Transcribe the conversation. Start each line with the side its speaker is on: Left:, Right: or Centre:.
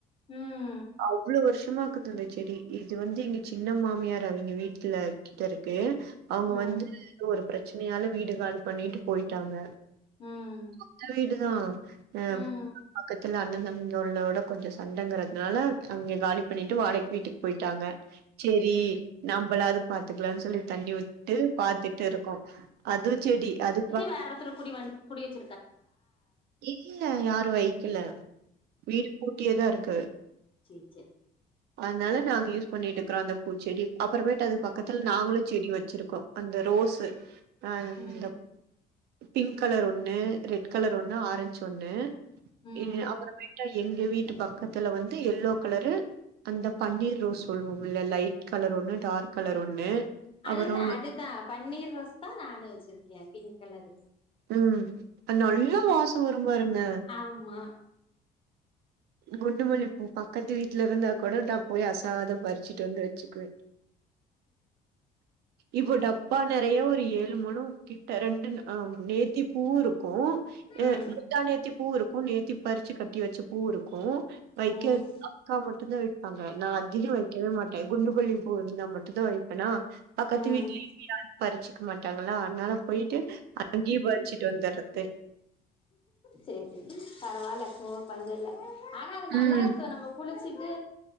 Left: ம்
Right: அவ்ளோ வருஷமாக்குது இந்த செடி இது வந்து எங்க சின்ன மாமியார் அவிங்க வீட்ல கிட்ட இருக்கு அவுங்க
Left: ம்
Right: வந்து ஒரு பிரச்சனையால வீடு காலி பண்ணிட்டு போயிட்டாங்க
Left: ம்
Right: சொந்த வீடு தான் ஆ
Left: ம்
Right: பக்கத்துல அண்ணன் தம்பிங்க உள்ளோட கொஞ்சொ சண்டைங்கிறதுனால அவங்க காலி பண்ணிட்டு வாடகை வீட்டுக்கு போயிட்ட டங்க சேரி நம்மளாது பாத்துக்கலானு சொல்லி தண்ணி விட்டு பார்த்துட்டு இருக்கோம் அது செடி அது
Left: தாரத்துர குடி வன் குடி வச்சு
Right: இல்ல யாரு வைக்கல வீடு பூட்டியேதான் இருக்கு
Left: செ சே
Right: அதனால நாங்க யூஸ் பண்ணிட்டு க்றோ அந்த பூச்செடி அப்புறமேட்டு அது பக்கத்துல நாங்களும் செடி வச்சிருக்கோ அந்த ரோஸ்ஸு அ
Left: ம்
Right: இந்த பிங்க் கலர் ஒன்னு ரெட் கலர் ஒன்னு ஆரஞ்சு ஒன்னு
Left: ம்
Right: இங்க அப்பராமாய்ட்டு எங்க வீட்டு பக் கத்துல வந்து எல்லோ கலரு அந்த பன்னீர் ரோஸ் சொல்லும் உள்ள லைட் கலர் ஒண்ணு டார்க் கலர் ஒண்ணு
Left: அதுதான்
Right: அப்புறோ
Left: அதுதான் பன்னீர் ரோஸ் தான் நானும் வச்சிருக்கேன் பிங்க் கலரு
Right: ம் அது நல்ல வாசம் வரும் பாருங்க
Left: ஆமா
Right: குண்டுமல்லிப்பூ பக்கத்து வீட்டு்ல இருந்தா கூட நான் போய் அசாத பறி ச்சிட்டு வந்து வச்சுக்குவேன் இப்போ டப்பா நெறய ஒரு ஏழு மொலம் கிட்ட ரெண்டும் நேத்தி பூவும் இரு க்கும்
Left: ம்
Right: முந்தா நேத்தி பூ இருக்கும் நேத்தி பறிச்சு கட்டி வச்ச பூ இருக்கும் வைக்க
Left: ம்
Right: அக்கா மட்டும் தான் வைப்பாங்க நான் அதிகம் வெக்கவே மாட்டேன் குண்டுமல்லி பூ இருந்தா மட் டும் தான் வைப்பேனா பக்கத்து
Left: ம்
Right: வீட்டுலயுமே பறிச்சுக்க மாட்டாங்களா அதனால போயிட்டு அங்கீ பரிச்சிட்டு வந்தற்த்து
Left: செரி செரி பரவால்ல போ பஞ்ச இல்ல ஆனா அது நல்லா
Right: ம்
Left: இருக்கும் நம்ம குளிச்சிட்டு